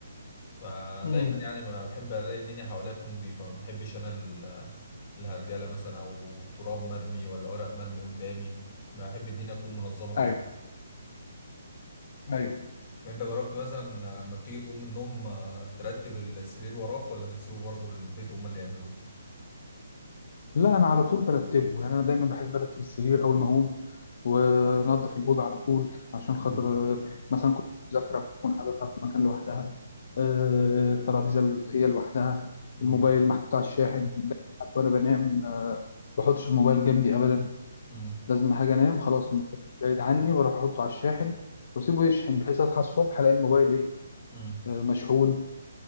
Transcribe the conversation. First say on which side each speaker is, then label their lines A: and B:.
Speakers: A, on the left; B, on the left.
A: فدايما
B: امم
A: يعني ما بحب الاقي الدنيا حواليا تكون نظيفه ما بحبش انا ال- الهرجله مثلا او تراب مرمي ولا ورق مرمي قدامي بحب الدنيا تكون منظمه حواليا
B: ايوه ايوه
A: يعني انت جربت مثلا لما بتيجي تقوم من النوم آه، ترتب السرير وراك ولا بتسيبه برضه البيت هم اللي يعملوه
B: لا انا على طول برتبه يعني انا دايما بحب ارتب السرير اول ما اقوم وانضف الاوضه على طول عشان
A: مم.
B: خاطر آه، مثلا كنت مذاكره اكون حاططها في مكان لوحدها آه، الترابيزه اللي هي لوحدها
A: مم.
B: الموبايل محطوط على الشاحن ده حتى وانا بنام آه، ما بحطش الموبايل جنبي ابدا
A: مم.
B: لازم حاجه انام خلاص الموبايل بعيد عني واروح احطه على الشاحن واسيبه يشحن بحيث اصحى الصبح الاقي الموبايل ايه
A: مم.
B: آه، مشحون